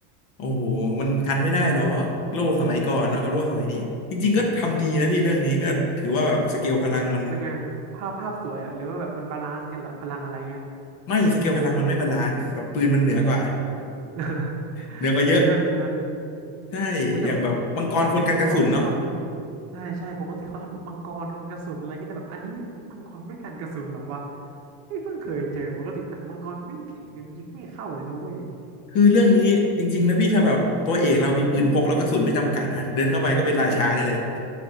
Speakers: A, on the left; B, on the right.
A: โอ้โหมันกันไม่ได้หรอกโล่สมัยก่อนเนาะกับโล่สมัยนี้จริงๆ ก็ทำดีนะพี่เรื่องนี้ก็ถือว่าแบบสเกลพลังมัน
B: ยังไงภาพภาพสวยอะหรือว่าแบบมันบาลานซ์กันเหรอพลังอะไรเงี้ย
A: ไม่สเกลพลังมันไม่บาลานซ์แบบปืนมันเหนือกว่า
B: <laughs>
A: เหนือกว่าเยอะ
B: เออนั่นสินะ
A: ใช่อย่างแบบมังกรคนกันกระสุนเนาะ
B: อุ้ยแต่ปกติเขาไม่ทำใช่ใช่ปกติเขาทำแบบมังกรกันกระสุนอะไรเงี้ยแต่แบบอันนี้มังกรไม่กันกระสุนเหรอวะไม่เพิ่งเคยเจอปกติหนังมังกรแม่งแข็งจนยิงไม่เข้าเลยนะเว้ย
A: คือเรื่องนี้จริงๆนะพี่ถ้าแบบตัวเอกเรามีปืนพกแล้วกระสุนไม่จำกัดอะเดินเข้าไปก็เป็นราชาได้เลย